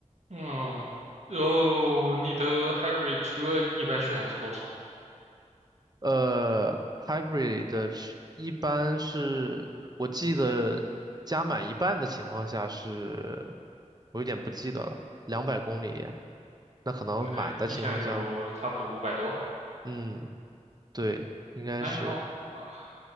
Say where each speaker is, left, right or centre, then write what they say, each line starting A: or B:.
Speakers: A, on the right; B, on the right.
A: 嗯，然后你的 hybrid 车一般续航是多少？
B: 呃，hybrid 的是一般是我记得加满一半的情况下是，我有点不记得了，两百公里，那可能满的情况下，
A: 呃，一箱油差不多五百多，
B: 嗯，对，应该是。
A: 还好吧。